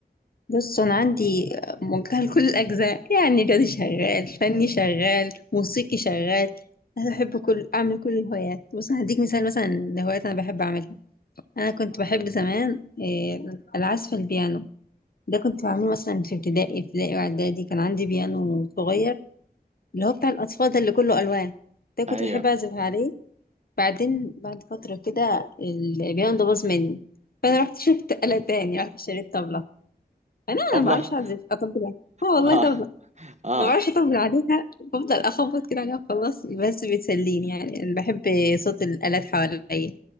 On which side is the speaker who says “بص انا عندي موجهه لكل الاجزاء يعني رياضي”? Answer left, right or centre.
Left